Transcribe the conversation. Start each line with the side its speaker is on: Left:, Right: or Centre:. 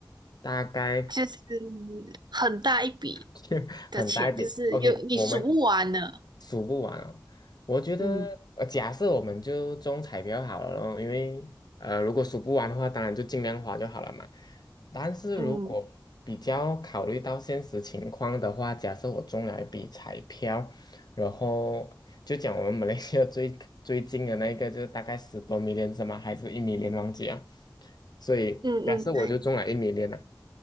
Left: 大概
Right: 就是很大一笔
Left: <laughs>
Right: 的钱，
Left: 很大一笔。
Right: 就是有你数不完的。
Left: OK，我们数不完哦。我觉得，
Right: 嗯
Left: 呃，假设我们就中彩票好了咯，因为呃，如果数不完的话，当然就尽量花就好了嘛。但是如果比较考虑到现实情况的话，
Right: 嗯
Left: 假设我中了一笔彩票，然后就讲我们 <laughs> 马来西亚最最近的那一个，就是大概十多米 i l l 吗？还是一米 i l l 忘记啊？所以假设我就中了一米
Right: 嗯嗯，对，
Left: i l 了